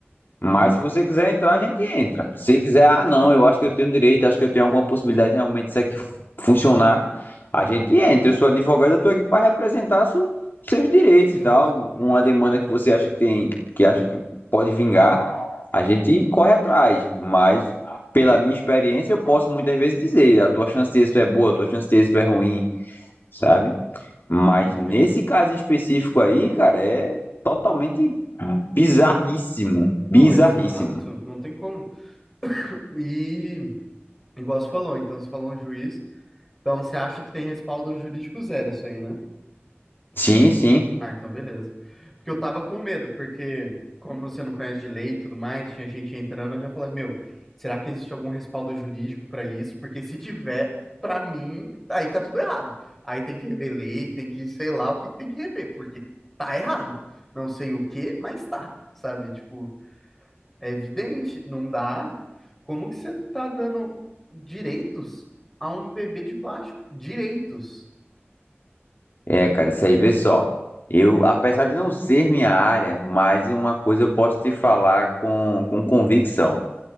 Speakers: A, on the left; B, in the centre.
A: Mas se você quiser entrar, a gente entra. Se quiser, ah, não, eu acho que eu tenho direito, acho que eu tenho alguma possibilidade de realmente disso aqui <laughs> funcionar,
B: Então,
A: a gente
B: beleza.
A: entra. Eu sou advogado, eu tô aqui para representar su- seus direitos
B: Justo,
A: e tal. Uma
B: justo.
A: demanda que você acha que tem, que acha que pode vingar, a gente corre atrás. Mas pela minha experiência, eu posso muitas vezes dizer, a tua chance de êxito é boa, a tua chance de êxito é ruim sabe? Mas
B: Eu entendo.
A: nesse caso em específico aí, cara, é totalmente bizarríssimo,
B: É, en-
A: bizarríssimo.
B: Não, exato. Não tem como. E, igual você falou, então, você falou um juiz. Então, você acha que tem respaldo jurídico zero isso aí, né?
A: Sim, sim.
B: Ah, então beleza. Porque eu tava com medo, porque como você não conhece de lei e tudo mais, tinha gente entrando, eu já falei, meu, será que existe algum respaldo jurídico pra isso? Porque se tiver, pra mim, aí tá tudo errado. Aí tem que rever lei, tem que, sei lá, o que que tem que rever, porque tá errado. Não sei o que, mas tá, sabe? Tipo, é evidente, não dá. Como que você tá dando direitos a um bebê de plástico? Direitos.
A: É, cara, isso aí vê só. Eu, apesar de não ser minha área, mas uma coisa eu posso te falar com, com convicção.